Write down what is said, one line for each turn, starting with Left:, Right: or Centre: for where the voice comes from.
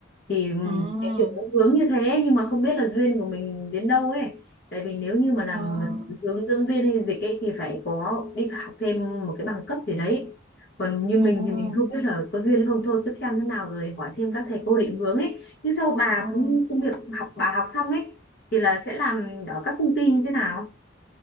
Left: thì ừ,
Right: à
Left: cái chuyện nó hướng như thế nhưng mà không biết là duyên của mình đến đâu ấy tại vì nếu như mà làm
Right: à
Left: hướng dẫn viên hay dịch ấy thì phải có đi học thêm một cái bằng cấp gì đấy còn như mình
Right: à
Left: thì mình không biết là có duyên hay không thôi cứ xem thế nào rồi hỏi thêm các thầy cô định hướng ấy nhưng sau bà
Right: à
Left: cũng như công việc học bà học xong ấy thì là sẽ làm ở các công ty như thế nào